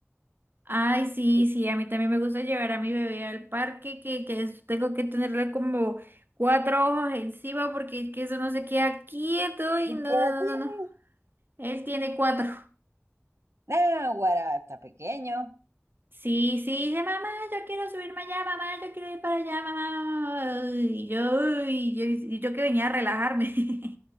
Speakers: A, on the right; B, on the right.
A: Ay, sí,
B: ¿Y
A: sí, a mí también me gusta llevar a mi bebé al parque, que, que es- tengo que tenerle como cuatro ojos encima porque es que eso no se queda quieto y
B: y
A: no,
B: qué
A: no,
B: edad tiene?
A: no, no, no. Él tiene cuatro.
B: Ah, guará, está pequeño.
A: Sí, sí, dije, mamá, yo quiero subirme allá, mamá, yo quiero ir para allá, mamá, mamá", mamá". Y yo, y yo, y yo que venía a relajarme. <laughs>